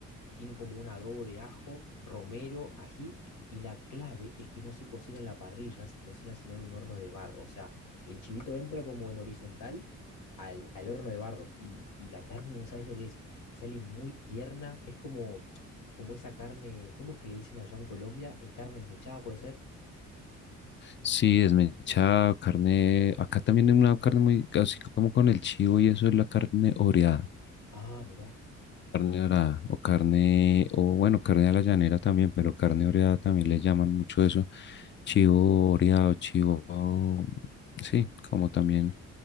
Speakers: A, on the left (about 75°); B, on the left (about 40°).
A: tiene como un adobo de ajo, romero, ají, y la clave es que no se cocina en la parrilla, se cocina sino en un horno de barro. O sea, el chivito entra como en horizontal al, al horno de barro y, y la carne, no sabes lo que es, sale muy tierna, es como, como esa carne, ¿cómo es que le dicen allá en Colombia? Eh, carne desmechada puede ser.
B: Sí, desmechado, carne. Acá también hay una carne muy, así como con el chivo y eso es la carne oreada.
A: Ah, mira.
B: Carne oreada o carne, o bueno, carne a la llanera también, pero carne oreada también le llaman mucho eso. Chivo oreado, chivo, sí, como también